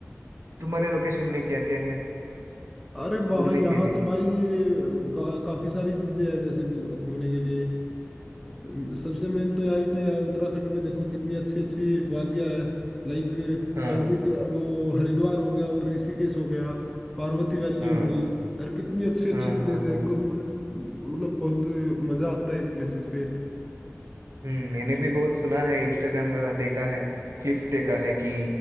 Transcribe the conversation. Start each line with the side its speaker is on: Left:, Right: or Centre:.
Right: तुम्हारे लोकेशन में क्या क्या है
Centre: अरे वहाँ
Right: घूमने
Centre: यहाँ
Right: के लिए
Centre: तो भाई ये का, काफी सारी चीजें हैं जैसे घू- घूमने के लिए अ, सबसे मेन तो यहीं पे है उत्तराखंड में देखो कितनी अच्छी अच्छी वादियां हैं लाइक
Right: हाँ
Centre: यहाँ पे क्या- वो हरिद्वार हो गया और ऋषिकेश हो गया पार्वती वैली
Right: हाँ
Centre: हो गई यार कितनी अच्छे
Right: हाँ
Centre: अच्छे प्लेस
Right: हाँ
Centre: है एक
Right: हाँ
Centre: को मतलब मतलब बहुत मजा आता है इन प्लेसेस पे
Right: हम्म मैंने भी बहुत सुना है इंस्टाग्राम वहाँ देखा है क्लिप्स देखा है कि